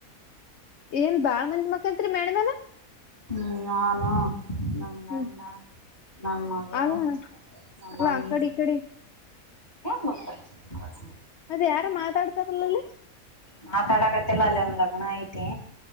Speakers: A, on the left (about 55°); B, on the left (about 30°).
A: ಏನ್ ಬಾಳ ಮಂದಿ ಮಾತಾಡ್ತೀರಾ ಮೇಡಮರ
B: ಹ್ಮ್ ಆ ನಾ ನನ್ ಗಂಡ
A: ಹ್ಮ್
B: ನಮ್ಮ ಮಗಳು
A: ಅಲ್ಲ
B: ನಮ್ಮಮ್ಮಿ
A: ಅಲ್ಲ ಆ ಕಡಿ ಈ ಕಡಿ
B: ಮಮ್ಮಪಾಯಿ <unintelligible>
A: ಅದುವ ಯಾರ ಮಾತಾಡ್ತಾರಲ್ಲಲ್ಲಿ
B: ಮಾತಾಡಕತ್ತಲ್ಲ ಅಲ್ಲಿ ಒಂದ್ ಲಗ್ನ ಐತಿ